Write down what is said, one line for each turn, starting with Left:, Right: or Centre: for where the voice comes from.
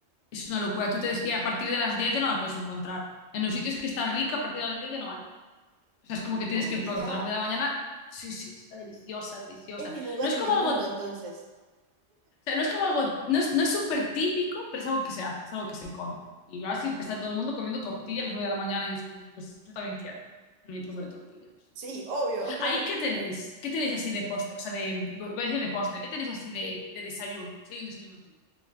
Left: Es una locura. Tú te des... Y a partir de las 10 ya no la puedes encontrar. En los sitios que está rica, a partir de las 10 ya no hay. O sea, es como que tienes
Right: No me
Left: que ir
Right: digas.
Left: pronto, a las 9 de la mañana. Sí, sí, está deliciosa, deliciosa.
Right: Es mi lugar
Left: No es
Right: en
Left: como
Right: el
Left: algo
Right: mundo, entonces.
Left: O sea, no es como algo, no es, no es súper típico, pero es algo que se hace, es algo que se come. Y vas y está todo el mundo comiendo tortilla a las 9 de la mañana y es como, pues yo también quiero mi trozo de tortilla. Sí,
Right: Sí,
Left: sí, sí.
Right: obvio. <laughs>
Left: Ahí, ¿qué tenéis? ¿Qué tenéis así de postre? O sea, de, digo, iba a decir de postre, ¿qué tenéis así de, de desayuno? Si hay un desayuno típico.